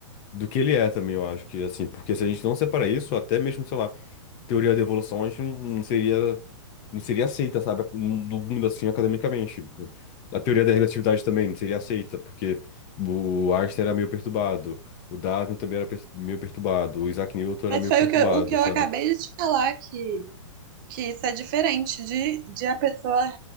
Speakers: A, on the left; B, on the right.
A: do que ele é também, eu acho que, assim, porque se a gente não separar isso, até mesmo, sei lá. teoria da evolução a gente não não seria não seria aceita, sabe, no mundo assim academicamente. A teoria da relatividade também não seria aceita, porque o Einstein era meio perturbado, o Darwin também era pers- meio perturbado, o Isaac Newton era
B: Mas
A: meio
B: foi
A: perturbado,
B: o que, eu- o que eu
A: sabe?
B: acabei de te falar, que, que isso é diferente de, de a pessoa